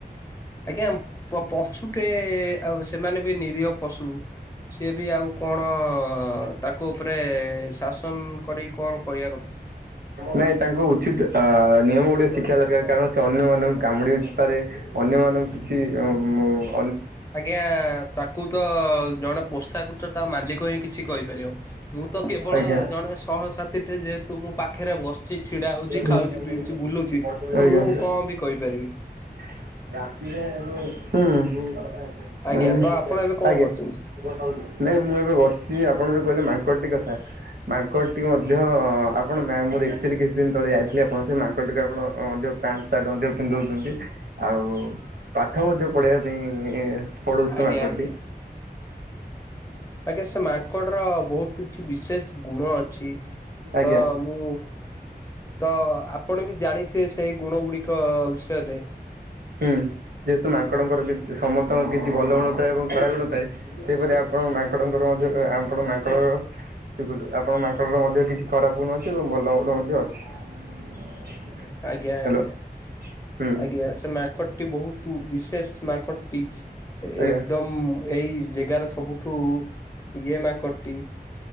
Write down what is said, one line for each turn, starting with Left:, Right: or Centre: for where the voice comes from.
Left: ଆଜ୍ଞା ପଶୁଟେ ଆଉ ସେମାନେ ବି ନିରୀହ ପଶୁ ସିଏ ବି ଆଉ କଣ ତାକୁ ଉପରେ ଶାସନ କରିି କଣ କରିବା କଥା?
Right: ନାଇଁ ତାଙ୍କୁ ଉଚିତ ନିୟମ ଗୁଡିକ ଶିଖିବା ଦରକାର କାରଣ ସେ ଅନ୍ୟମାନଙ୍କୁ କାମୁଡି ପାରେ ଅନ୍ୟମାନଙ୍କୁ କିଛି ହୁଁ।
Left: ଆଜ୍ଞା ତାକୁ ତ ଜଣେ ପୋଷାକୁ ତ ତା ମାଲିକ ହିଁ କିଛି କହିପାରିବ ମୁଁ ତ କେବଳ
Right: ଆଜ୍ଞା
Left: ଜଣେ ସହସାଥିୀଟେ ଯେହେତୁ ମୁଁ ପାଖରେ ବ ବସୁଛି ଛିଡା ହଉଛି
Right: ହୁଁ
Left: ଖାଉଛି ପିଉଛି ବୁଲୁଛି ତ
Right: ଆଜ୍ଞା
Left: ମୁଁ କଣ ବି କହିପାରିବି?
Right: ହୁଁ। ଉଁ
Left: ଆଜ୍ଞା ତ
Right: ଆଜ୍ଞା।
Left: ଆପଣ ଏବେ କଣ କରୁଛନ୍ତି?
Right: ବସିଚି ଆପଣ ଯୋଉଁ କହିଲେ ମାଙ୍କଡ଼ଟି କଥା ମାଙ୍କଡ଼ ଟି ମଧ୍ୟ ଆପଣ ମୁଁ ଦେଖିଥିଲି କିଛି ଦିନ ତଳେ ଯାଇଥିଲେ ଆପଣ ସେ ମାଙ୍କଡ଼ ଟିକୁ ଆପଣ ମଧ୍ୟ ପ୍ୟାଣ୍ଟ ସାର୍ଟ ମଧ୍ୟ ପିନ୍ଧଉଛନ୍ତି ଆଉ ପାଠ ମଧ୍ୟ ପଢେଇବା ପାଇଁ ପଢୁଛି
Left: ଆଜ୍ଞା
Right: ମାଙ୍କଡ
Left: ଆଜ୍ଞା।
Right: ଟି।
Left: ଆଜ୍ଞା ସେ ମାଙ୍କଡ ର ବହୁତ କିଛି ବିଶେଷ ଗୁଣ ଅଛି
Right: ଆଜ୍ଞା।
Left: ତ ମୁଁ ତ ଆପଣ ବି ଜାଣିଥିବେ ସେଇ ଗୁଣ ଗୁଡିକ ବିଷୟରେ।
Right: ହୁଁ ଯେହେତୁ ମାଙ୍କଡଙ୍କର କି ସମସ୍ତଙ୍କ କିଛି ଭଲ ଗୁଣ ଥାଏ ଏବଂ ଖରାପ ଗୁଣ ଥାଏ ସେହିପରି ଆପ ଆପଣ ମାଙ୍କଡଙ୍କର ମଧ୍ୟ ଆପଣ ମାଙ୍କଡ ଆପଣଙ୍କ ମାଙ୍କଡର ମଧ୍ୟ କିଛି ଖରାପ ଗୁଣ ଅଛି ଏବଂ ଭଲ ଗୁଣ ମଧ୍ୟ ଅଛି।
Left: ଆଜ୍ଞା
Right: ହ୍ୟାଲୋ
Left: ଆଜ୍ଞା
Right: ହୁଁ
Left: ଆଜ୍ଞା ସେ ମାଙ୍କଡଟି ବହୁତ ବିଶେଷ ମାଙ୍କଡଟି
Right: ଆଜ୍ଞା
Left: ଏକଦମ ଏଇ ଜେଗାର ସବୁଠୁ ଇଏ ମାଙ୍କଡଟି।